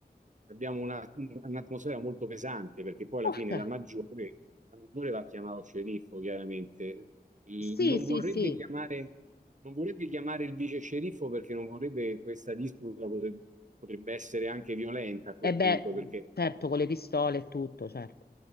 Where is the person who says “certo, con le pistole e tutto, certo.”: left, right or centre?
Left